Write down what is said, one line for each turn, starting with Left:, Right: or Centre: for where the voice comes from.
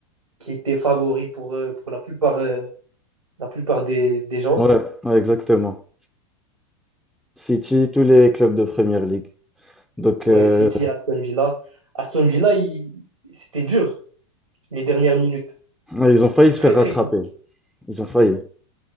Right: qui était favori pour, euh, pour la plupart, euh, la plupart des, des gens.
Centre: Ouais, ouais, exactement. City, tous les clubs de Première League. Donc,
Right: Ouais,
Centre: euh,
Right: City, Aston Villa. Aston Villa, il- c'était dur, les dernières minutes.
Centre: ouais, ils
Right: C'était
Centre: ont failli se
Right: très,
Centre: faire
Right: très
Centre: rattraper.
Right: compliqué.
Centre: Ils ont failli.